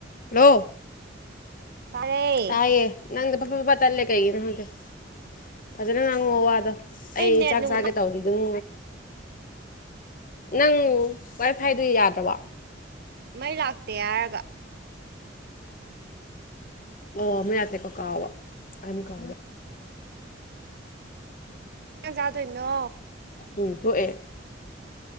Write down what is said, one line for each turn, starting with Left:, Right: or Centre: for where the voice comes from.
Left: hello
Right: ꯇꯥꯔꯦ
Left: ꯇꯥꯏꯦ ꯅꯪ ꯄ ꯄ ꯇꯂꯦ ꯀꯩꯒꯤꯅ ꯍꯗꯦ ꯐꯖꯅ ꯅꯪ ꯍꯑꯣꯗꯣ ꯑꯩ
Right: ꯅꯦꯠ
Left: ꯆꯥꯛ
Right: ꯅꯨꯡ
Left: ꯆꯥꯒꯦ ꯇꯧꯔꯤ ꯑꯗꯨꯝ ꯅꯪ ꯋꯥꯏ ꯐꯥꯏꯗꯨ ꯌꯥꯗ꯭ꯔꯕ
Right: ꯃꯩ ꯂꯥꯛꯇꯦ ꯍꯥꯏꯔꯒ
Left: ꯑꯣ ꯃ ꯑꯇꯩꯀꯣ ꯀꯥꯋꯥ ꯑꯝ ꯀ
Right: ꯀꯗꯣꯏꯅꯣ
Left: ꯎꯝ ꯊꯣꯛꯣꯛꯑꯦ